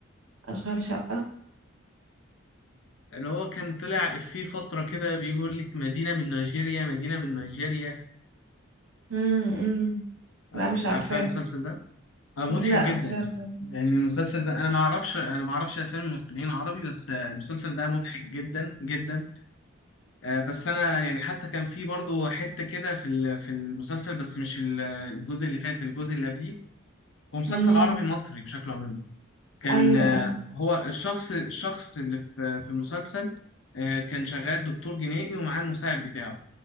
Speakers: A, on the right (about 75°); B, on the left (about 65°).
A: اشغال شقة
B: اللي هو كان طلع في فترة كده بيقول لك مدينة من نيجيريا مدينة من نيجيريا
A: امم
B: آه
A: لا مش عارفاه
B: عارفة المسلسل ده؟ آه مضحك
A: لا
B: جدا
A: مش عارفاه
B: يعني المسلسل ده أنا ما أعرفش أنا ما أعرفش أسامي ممثلين عربي بس آه المسلسل ده مضحك جدا جدا آه، بس انا يعني حتى كان في برضه حته كده في ال- في المسلسل بس مش ال- الجزء اللي فات الجزء اللي قبليه هو مسلسل
A: امم
B: عربي مصري بشكل عام كان
A: ايوه
B: آه،
A: ايوه
B: هو الشخص الشخص اللي في في المسلسل آه، كان شغال دكتور جنائي ومعاه المساعد بتاعه